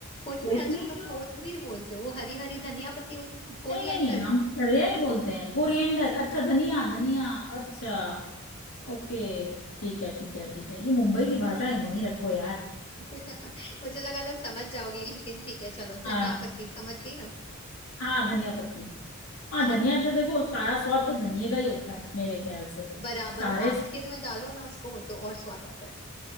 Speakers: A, on the left (about 25°); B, on the left (about 80°).
A: कोथमीर
B: कोथमीर
A: अच्छा तुम
B: क्या
A: कोथमीर
B: होता
A: बोलते हो वो हरी हरी धनिया पत्ती होती है कोरिएंडर
B: है नहीं नहीं हम तो धनिया ही बोलते हैं कोरिएंडर अच्छा धनिया धनिया अच्छा ओके ठीक है ठीक है ठीक है ये मुंबई की भाषा है वहीं रखो यार
A: <laughs> मुझे लगा तुम समझ जाओगी लेकिन ठीक है चलो
B: हाँ
A: धनिया पत्ती समझ गई ना
B: हाँ धनिया पत्ती हाँ
A: हाँ
B: धनिया तो देखो सारा स्वाद तो धनिया का ही होता है मेरे ख्याल से
A: बराबर
B: सारे
A: और आखिर में डालो ना उसको तो और स्वाद आता है